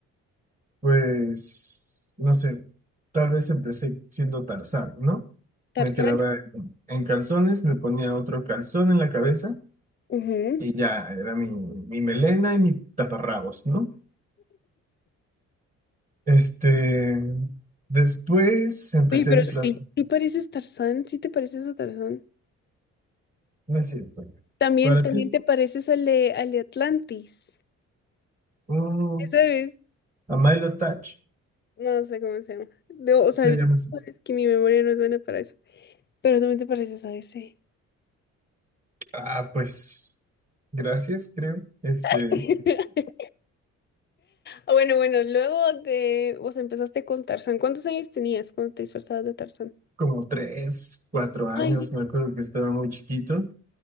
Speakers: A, on the right; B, on the left.
A: pues, no sé, tal vez empecé siendo Tarzán, ¿no?
B: Tarzán.
A: Me quedaba en en calzones, me ponía otro calzón en la cabeza
B: Ujú.
A: Y ya, era mi, mi melena y mis taparrabos, ¿no? Este, después empecé
B: Oye, pero
A: a disfrazar,
B: sí. ¿Sí pareces Tarzán? ¿Sí te pareces a Tarzán?
A: no es cierto.
B: También,
A: Para
B: también
A: ti,
B: te pareces al de, al de Atlantis.
A: un
B: ¿Sabes?
A: a Milo Touch,
B: No sé cómo se llama. No, o
A: se
B: sea, es
A: llama así.
B: que mi memoria no es buena para eso. Pero también te pareces a ese.
A: Ah, pues, gracias, creo. Este,
B: <laughs> Ah, Bueno, bueno, luego de, o sea, empezaste con Tarzán. ¿Cuántos años tenías cuando te disfrazabas de Tarzán?
A: como tres, cuatro años,
B: Ay,
A: me acuerdo que estaba muy chiquito.